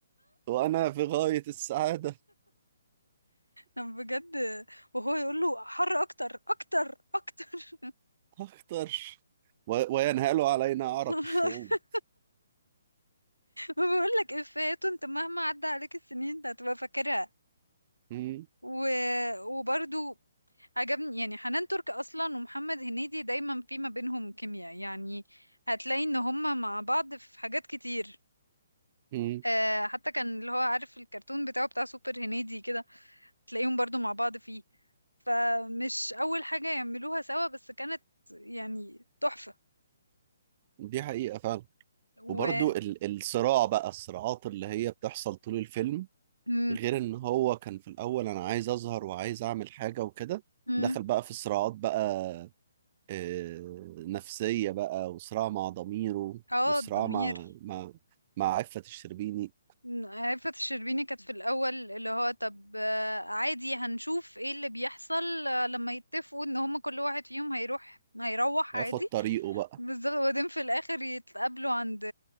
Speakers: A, on the right (about 30°); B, on the left (about 80°).
A: وانا في غاية السعادة
B: أنا بجد وهو يقول له حر اكتر اكتر اكتر
A: هختار و- وينهال علينا أعرق
B: <laughs>
A: الشعوب
B: بقول لك افيهات انت مهما عدى عليك السنين انت هتبقى فاكرها
A: مم.
B: و... وبرضو عجبني يعني حنان ترك اصلا ومحمد هنيدي دايما في ما بينهم كيمياء يعني هتلاقي ان هما مع بعض في حاجات كتير
A: مم.
B: آه حتى كان اللي هو عارف الكرتون بتاعه بتاع سوبر هنيدي كده تلاقيهم برضو مع بعض فيه فمش اول حاجة يعملوها سوا بس كانت يعني تحفة
A: دي حقيقة فعلا
B: و
A: وبرضو ال- الصراع بقى الصراعات اللي هي بتحصل طول الفيلم
B: مم.
A: غير ان هو كان في الاول انا عايز اظهر وعايز اعمل حاجة وكده
B: مم.
A: دخل بقى في صراعات بقى آه، نفسية بقى وصراع مع ضميره
B: اه
A: وصراع
B: الضمير
A: مع مع مع عفة الشربيني
B: مم. عفة الشربيني كانت في الأول اللي هو طب آه، عادي هنشوف ايه اللي بيحصل آه، لما يتفقوا ان هما كل واحد فيهم هيروح هيروح
A: هياخد
B: عادي
A: طريقه بقى
B: بالظبط وبعدين في الاخر يتقابلوا عند